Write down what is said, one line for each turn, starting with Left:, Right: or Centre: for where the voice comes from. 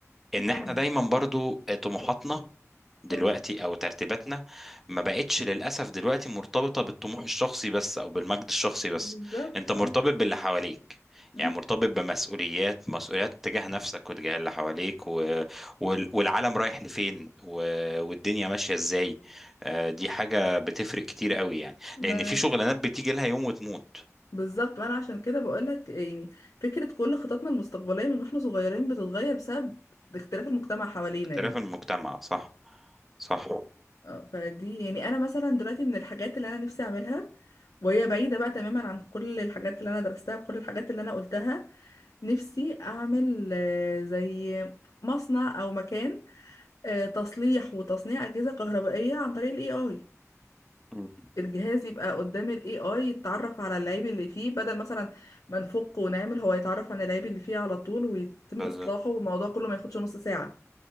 Centre: ان
Left: كمل
Centre: احنا دايما برضو طموحاتنا دلوقتي
Left: اه
Centre: او ترتيباتنا ما بقتش للاسف دلوقتي مرتبطه بالطموح الشخصي بس او بالمجد الشخصي بس
Left: بالظبط
Centre: انت
Left: اه
Centre: مرتبط باللي حواليك
Left: مم.
Centre: يعني مرتبط بمسؤوليات مسؤوليات تجاه نفسك وتجاه اللي حواليك و... وال... والعالم رايح لفين و... والدنيا ماشيه ازاي آه، دي حاجه بتفرق كتير قوي يعني
Left: ما
Centre: لان في شغلانات بتيجي لها يوم وتموت
Left: بالظبط وانا عشان كده بقول لك يعني فكره كل خططنا المستقبليه من واحنا صغيرين بتتغير بسبب اختلاف المجتمع حوالينا
Centre: اختلاف
Left: يعني
Centre: المجتمع صح صح
Left: اه فدي يعني انا مثلا دلوقتي من الحاجات اللي انا نفسي اعملها وهي بعيدة بقى تماما عن كل الحاجات اللي انا درستها وكل الحاجات اللي انا قلتها نفسي اعمل آه، زي مصنع او مكان آه، تصليح وتصنيع اجهزة كهربائية عن طريق الاي اي
Centre: مم.
Left: الجهاز يبقى قدام الاي اي يتعرف على العيب اللي فيه بدل مثلا ما نفك ونعمل هو يتعرف على العيب اللي فيه على طول ويتم
Centre: بز...
Left: اصلاحه والموضوع كله ما ياخدش نص ساعة